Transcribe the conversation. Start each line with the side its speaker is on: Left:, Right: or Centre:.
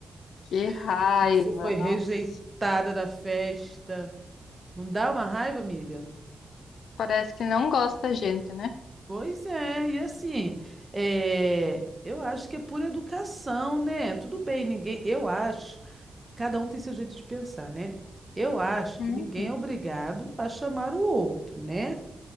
Left: Que raiva,
Right: <laughs> Você foi
Left: nossa.
Right: rejeitada da festa. Não dá uma raiva, amiga?
Left: Parece que não gosta da gente, né?
Right: Pois é, e assim, é, eu acho que é por educação, né? Tudo bem, ninguém. Eu acho, cada um tem seu jeito de pensar, né? Eu acho
Left: Uhum,
Right: que ninguém é obrigado a chamar o outro, né?